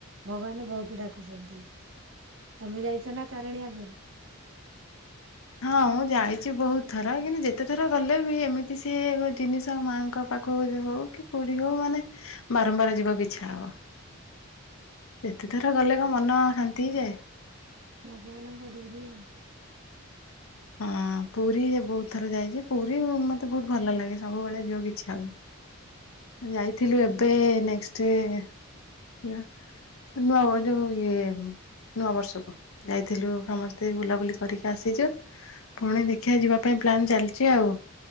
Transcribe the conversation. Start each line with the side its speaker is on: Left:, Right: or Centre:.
Right: ଭଗବାନ ବହୁତୁ ଡାକୁଛନ୍ତି। ତମେ ଯାଇଛ ନା ତାରିଣୀ ଆଗରୁ?
Left: ହଁ ମୁଁ ଯାଇଛି ବହୁତ ଥର କିନ୍ତୁ ଯେତେଥର ଗଲେ ବି ଏମିତି ସିଏ ଗ ଜିନିଷ ମାଙ୍କ ପାଖକୁ ହଉ କି ପୁରୀ ହଉ ମାନେ ବାରମ୍ବାର ଯିବାକୁ ଇଛା ହବ। ଯେତେ ଥର ଗଲେ କ ମନ ଶାନ୍ତି ହେଇଯାଏ।
Right: ଭଗବାନଙ୍କ ଡୋରି ଆ
Left: ହଁ ପୁରୀ ଯେ ବହୁତ ଥର ଯାଇଛି। ପୁରୀ ଇ ମତେ ବହୁତ ଭଲ ଲାଗେ ସବୁବେଳେ ଯିବାକୁ ଇଛା ହୁଏ। ଯାଇଥିଲୁ ଏବେ-ଏ-ଏ ନେକ୍ସଟ ଇ ନୂଆ ଯୋଉ ଇଏ ନୂଆ ବର୍ଷକୁ ଯାଇଥିଲୁ ସମସ୍ତେ ବୁଲାବୁଲି କରିକି ଆସିଛୁ। ପୁଣି ଦେଖିବା ଯିବା ପାଇଁ ପ୍ଲାନ୍ ଚାଲିଛି ଆଉ।